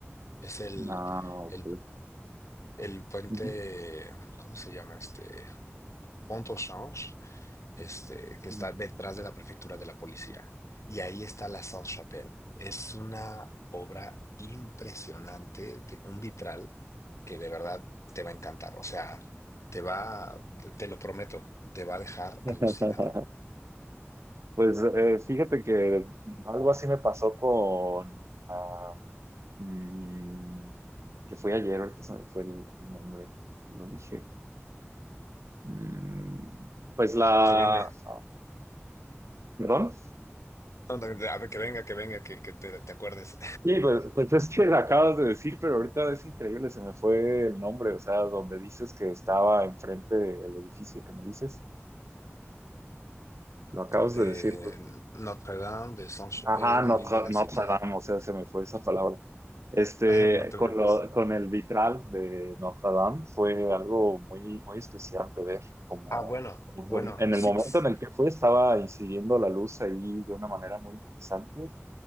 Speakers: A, on the left; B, on the right.
A: es el,
B: Ah, ok.
A: el, el puente,
B: Ujú.
A: ¿cómo se llama este? Pont au Change este, que
B: Mm.
A: está detrás de la prefectura de la policía. Y ahí está la Sainte-Chapelle. Es una obra impresionante, de- un vitral que de verdad te va a encantar. O sea, te va, te lo prometo, te va a dejar
B: <laughs>
A: alucinado.
B: Pues eh, fíjate que algo así me pasó con ah, mm, que fue ayer, ahorita se me fue el, el nombre, lo dije. Mm, pues la,
A: Que venga.
B: ah, perdón,
A: No, no, A ver, que venga, que venga, que, que te, te acuerdes
B: sí, pues, pues es que la acabas de decir, pero ahorita es increíble, se me fue el nombre, o sea, donde dices que estaba enfrente del edificio que me dices,
A: <laughs>
B: lo acabas
A: de
B: de decir
A: Notre-Dame, de Sainte-Chapelle,
B: Ajá, Notre,
A: l'Île de la
B: Notre
A: Cité.
B: Dame, o sea, se me fue esa palabra. Este,
A: <laughs> No te
B: con
A: preocupes.
B: lo, con el vitral de Notre Dame fue algo muy, muy especial de ver, como,
A: Ah, bueno,
B: como
A: bueno,
B: con- en
A: sí.
B: el momento
A: s-
B: en el que fue estaba incidiendo la luz ahí de una manera muy interesante,